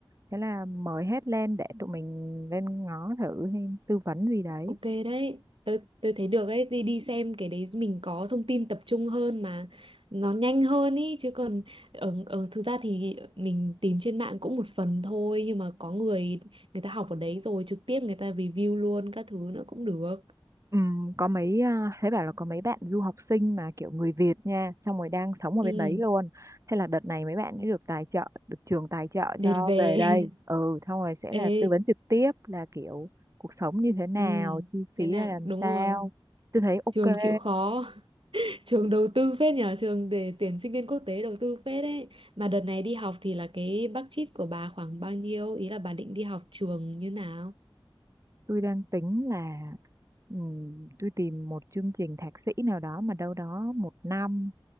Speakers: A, on the right; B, on the right.
A: Thế là mời hết lên để tụi mình lên ngó thử hay tư vấn gì đấy.
B: ok đấy tôi tôi thấy được ấy đi đi xem cái đấy mình có thông tin tập trung hơn mà nó nhanh hơn ý chứ còn ở ở thực ra thì mình tìm trên mạng cũng một phần thôi nhưng mà có người người ta học ở đấy rồi trực tiếp người ta review luôn các thứ nữa cũng được
A: Ừm, có mấy à, thấy bảo là có mấy bạn du học sinh mà kiểu người Việt nha, xong rồi đang sống ở
B: ừ
A: bên đấy luôn. Thế là đợt này mấy bạn ấy được tài trợ, được trường tài trợ
B: đệt
A: cho
B: về
A: về đây. Ừ, xong rồi
B: <laughs>
A: sẽ là
B: ê
A: tư vấn trực tiếp là kiểu cuộc sống như thế nào,
B: ừ
A: chi phí
B: thế nào
A: ra làm
B: đúng
A: sao.
B: rồi
A: Tôi thấy ok,
B: trường chịu khó Trường đầu tư phết nhờ, trường để tuyển sinh viên quốc tế đầu tư phết đấy Mà đợt này đi học thì là cái budget của bà khoảng bao nhiêu? Ý là bà định đi học trường như nào?
A: tôi đang tính là ừm, tôi tìm một chương trình thạc sĩ nào đó mà đâu đó một năm